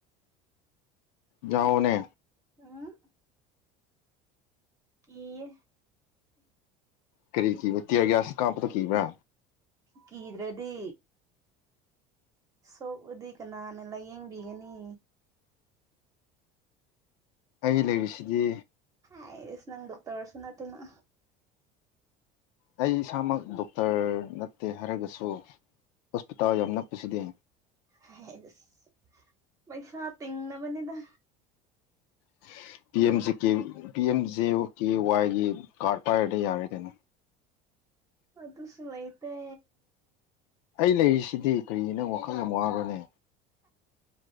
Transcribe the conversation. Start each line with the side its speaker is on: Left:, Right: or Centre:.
Left: ꯌꯥꯎꯅꯦ
Right: ꯎꯝ ꯀꯤꯌꯦ
Left: ꯀꯔꯤꯒꯤ ꯇꯤꯌꯥꯔꯒꯌꯥꯁ ꯀꯞꯄꯗꯨ ꯀꯤꯕ꯭ꯔꯥ
Right: ꯀꯤꯗ꯭ꯔꯗꯤ ꯁꯣꯛꯑꯗꯤ ꯀꯅꯥꯅ ꯂꯥꯏꯌꯦꯡꯕꯤꯒꯅꯤ
Left: ꯑꯩ ꯂꯩꯔꯤꯁꯤꯗꯤ
Right: ꯑꯩꯁ ꯅꯪ ꯗꯣꯛꯇ꯭ꯔꯁꯨ ꯅꯠꯇꯅ
Left: ꯑꯩ ꯏꯁꯥꯃꯛ ꯗꯣꯛꯇ꯭ꯔ ꯅꯠꯇꯦ ꯍꯥꯏꯔꯒꯁꯨ ꯍꯣꯁꯄꯤꯇꯥꯜ ꯌꯥꯝꯅ ꯅꯛꯄꯁꯤꯗ
Right: ꯍꯦꯁ ꯄꯩꯁꯥ ꯇꯤꯡꯅꯕꯅꯤꯗ
Left: <inaudible> ꯄꯤ M J K P M J K ꯋꯥꯏꯒꯤ ꯀꯥꯔꯗ ꯄꯥꯏꯔꯗꯤ ꯌꯥꯔꯦ ꯀꯩꯅꯣ
Right: ꯑꯗꯨꯁꯨ ꯂꯩꯥꯇꯦ
Left: ꯑꯩ ꯂꯩꯔꯤꯁꯤꯗꯤ ꯀꯔꯤꯅꯣ ꯋꯥꯈꯜ ꯌꯥꯝ ꯋꯥꯕꯅꯦ